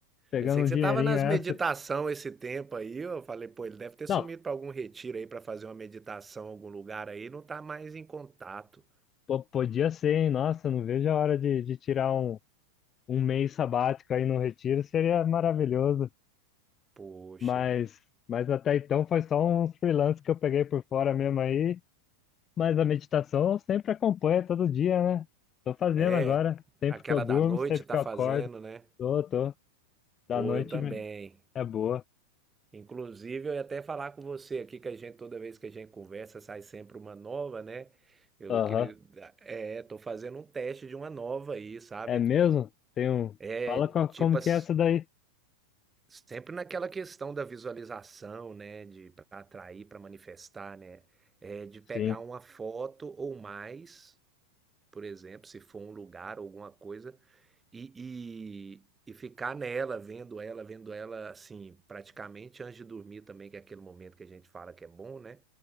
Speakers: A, on the left; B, on the right.
A: pegando
B: pensei que
A: um
B: você
A: dinheirinho
B: tava nas
A: extra.
B: meditação esse tempo aí. Eu falei, pô, ele deve ter sumido
A: Não,
B: para algum retiro aí para fazer uma meditação em algum lugar aí, não tá mais em contato.
A: po- podia ser, hein? Nossa, não vejo a hora de, de tirar um, um mês sabático aí no retiro, seria maravilhoso.
B: Poxa.
A: Mas, mas até então foi só uns freelance que eu peguei por fora mesmo aí. Mas a meditação eu sempre acompanha todo dia, né? Tô fazendo
B: É,
A: agora, sempre
B: aquela
A: que eu durmo,
B: da noite
A: sempre
B: tá
A: que eu
B: fazendo,
A: acordo.
B: né?
A: Tô, tô.
B: Pô,
A: Da noite
B: eu também.
A: me- é boa.
B: Inclusive, eu ia até falar com você aqui que a gente, toda vez que a gente conversa, sai sempre uma nova, né? Eu
A: Aham.
B: queria. É, é, tô fazendo um teste de uma nova aí, sabe?
A: É mesmo? Tem um.
B: É
A: Fala co-
B: Tipo,
A: como
B: as-
A: que é essa daí?
B: sempre naquela questão da visualização, né? De para atrair, para manifestar, né? É, de pegar
A: Sim.
B: uma foto ou mais, por exemplo, se for um lugar, alguma coisa, e, e, e ficar nela, vendo ela, vendo ela, assim, praticamente antes de dormir também, que é aquele momento que a gente fala que é bom, né?